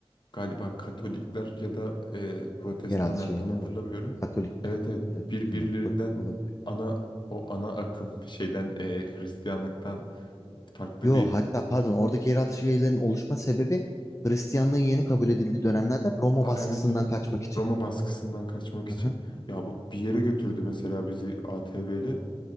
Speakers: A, on the left; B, on the left.
A: galiba Katolikler ya da e, Protestanlar
B: Yeraltı şehirleri
A: tam hatırlamıyorum.
B: var. Katolikler,
A: Evet evet
B: ya
A: birbirlerinden
B: bilmiyorum, Protestan olabilir.
A: ana o ana akım şeyden e, Hristiyanlıktan farklı
B: Yo,
A: bir
B: hatta pardon, oradaki
A: o,
B: yeraltı şehirlerin oluşma sebebi Hristiyanlığın yeni kabul edildiği dönemlerde Roma
A: Aa,
B: baskısından
A: evet evet
B: kaçmak için.
A: Roma baskısından kaçmak
B: Hı
A: için
B: hı.
A: ya bu- bir yere götürdü mesela bizi ATV ile.